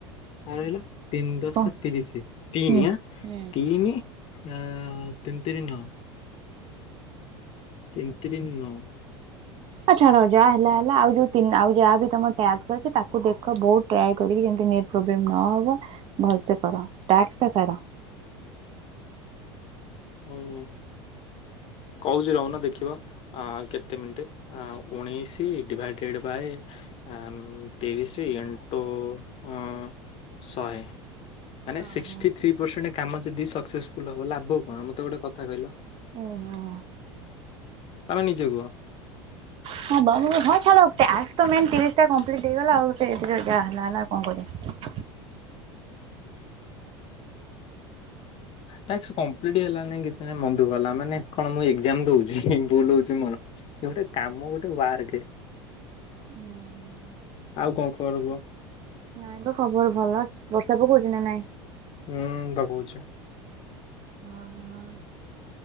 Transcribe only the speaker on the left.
ଆଉ ରହିଲା ତିନି ଦଶ
ତିରିଶି ତିନି
ଆଁ।
ତିନି ଆ ତିନିତିରି ନଅ। ତିନି ତିରି ନଅ।
ହୁଁ, କହୁଛି ରହୁନ ଦେଖିବ। ଅଁ କେତେ ମିନିଟ୍? ଆ ଉଣେଇଶି ଡିଭାଇଡେଡ଼୍ ବାଏ ଆମ୍ ତିରିଶି ଇଣ୍ଟୁ ଅ ଶହେ। ମାନେ
ସିକ୍ସଟି ଥ୍ରୀ ପରସେଣ୍ଟ କାମ ଯଦି ସକ୍ସେସଫୁଲ୍ ହବ ଲାଭ କଣ? ମୋତେ ଗୋଟେ କଥା କହିଲ।
ତମେ ନିଜେ କୁହ।
ଟାସ୍କ କମ୍ପ୍ଲିଟ ହେଲା ନାଇଁ କିଛି ନାଇଁ ମନଦୁଃଖ ହେଲା। ମାନେ କଣ ମୁଁ ଏକଜାମ୍ ଦଉଚି ଭୁଲ ହଉଚି ମୋର। ଇଏ ଗୋଟେ କାମ ଗୋଟେ ୱାର୍କ।
ଆଉ କଣ ଖବର କୁହ?
ହୁଁ ତାକୁକୋହୁଚି।